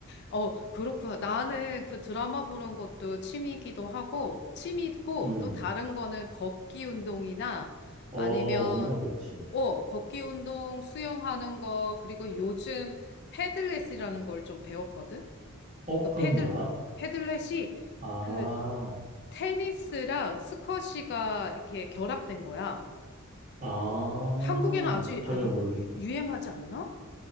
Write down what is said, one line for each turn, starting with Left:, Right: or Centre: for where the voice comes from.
Left: 어, 그렇구나. 나는 그 드라마 보는 것도 취미이기도 하고, 취미고,
Right: 음,
Left: 또 다른 거는 걷기 운동이나
Right: 어,
Left: 아니면,
Right: 운동 좋지.
Left: 어, 걷기 운동, 수영하는 거, 그리고 요즘 패들렛이라는 걸 좀 배웠거든?
Right: 어,
Left: 너
Right: 그건
Left: 패들,
Right: 뭐야?
Left: 패들렛이
Right: 아,
Left: 그 테니스랑 스쿼시가 이렇게 결합된 거야.
Right: 아,
Left: 어, 한국에는 아주
Right: 전혀
Left: 안,
Right: 모르겠어.
Left: 유, 유행하지 않나?